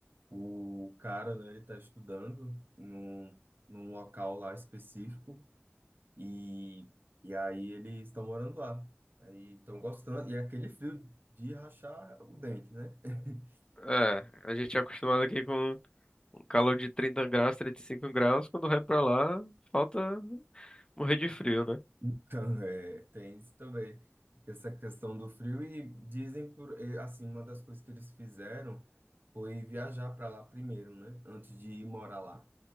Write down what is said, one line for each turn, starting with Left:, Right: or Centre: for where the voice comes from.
Right: o cara, né, ele tá estudando num, num local lá específico, e, e aí eles estão morando lá. Aí estão gostando. E é aquele frio de rachar o dente, né? <laughs>
Left: É, a gente é acostumado aqui com um calor de 30 graus, 35 graus. Quando vai pra lá, falta morrer de frio, né?
Right: Então, é, tem isso também. Essa questão do frio. E dizem, por, e, assim, uma das coisas que eles fizeram foi viajar para lá primeiro, né? Antes de ir morar lá.